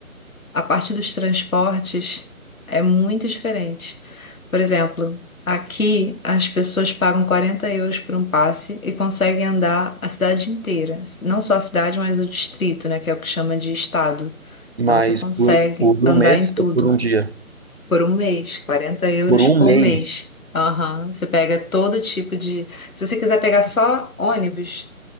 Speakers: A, on the left; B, on the right.
A: a parte dos transportes é muito diferente. Por exemplo, aqui as pessoas pagam 40 euros por um passe e conseguem andar a cidade inteira. Não só a cidade, mas o distrito, né? Que é o que chama de estado.
B: Mas
A: Então você consegue
B: por, por
A: andar
B: um mês
A: em tudo
B: ou por um dia?
A: por um mês, 40 euros
B: Por um
A: por
B: mês.
A: mês. Aham. Você pega todo tipo de. Se você quiser pegar só ônibus,